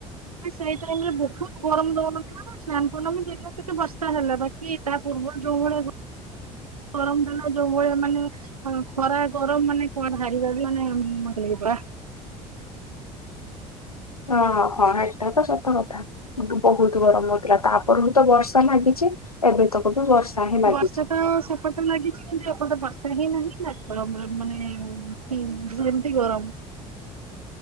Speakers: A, on the right; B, on the left.
A: ସେଇ ଟାଇମରେ ବହୁତ ଗରମ ଦଉନଥିଲା। ସ୍ନାନ ପୂଣ୍ଣମୀ ଦିନ ଟିକେ ବର୍ଷା ହେଲା। ବାକି ତା ପୂର୍ବରୁ ଯୋଉ ଭଳି ଗରମ ଦେଲା। ଯୋଉ ଭଳିଆ ମାନେ ହଁ ଖରା ଗରମ ମାନେ କଣ ହାରିବା ବି ମାନେ ମଲେ ପୁରା ବାଃ <unintelligible>
B: ହଁ ହଁ ହଁ ଏଟା ତ ସତ କଥା। କିନ୍ତୁ ବହୁତ ଗରମ ହଉଥିଲା ତାପରଠୁ ତ ବର୍ଷା ଲାଗିଛି ଏବେ ତକ ବି ବର୍ଷା ହିଁ ଲାଗିଛି।
A: ବର୍ଷା ତ ସେପେଟ ଲାଗିଛି କି ଏପଟେ ବର୍ଷା ହିଁ ନାହିଁ। ନା ଗରମରେ ମାନେ ସେମତି ଗରମ